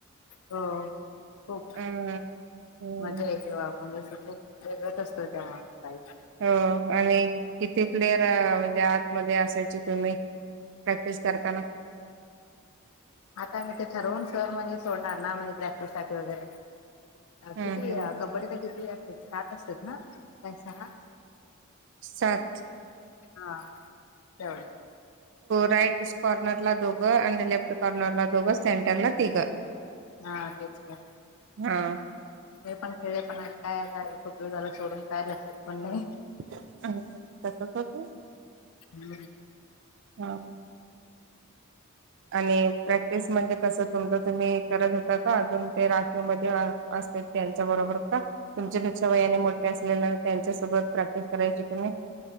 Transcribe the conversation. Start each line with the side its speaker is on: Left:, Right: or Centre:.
Left: हो खूप.
Right: <inaudible> हम्म.
Left: मज्जा येते तेव्हा आपण जसं खूप वेगळच असतो तेव्हा <unintelligible>
Right: हो आणि किती प्लेयर म्हणजे आतमध्ये असायचे तुम्ही? प्रॅक्टिस करताना.
Left: आता मी ते ठरवून सर म्हणजे सोडणार ना म्हणजे प्रॅक्टिससाठी वगैरे अ
Right: हम्म
Left: किती
Right: हम्म
Left: अ कबड्डी तर किती असतात सात असतात ना. पैसा हा
Right: सात
Left: हा तेवढ.
Right: राईट कॉर्नरला दोघं आणि लेफ्ट कॉर्नरला दोघं सेंटरला तिघं.
Left: हा तेच का.
Right: हा
Left: हे पण खेळ पण काया झालं खूप दिवस झालं सोडून काय लक्षात पण नाही.
Right: <unintelligible> तसच होत.
Left: हम्म.
Right: हा. आणि प्रॅक्टिस म्हणजे कसं तुमचं तुम्ही करत होता का अजून ते राखीवमध्ये असते त्यांच्या बरोबर का. तुमच्या तुमच्या वयाने मोठ्या असलेल्या त्यांच्यासोबत प्रॅक्टिस करायचे तुम्ही.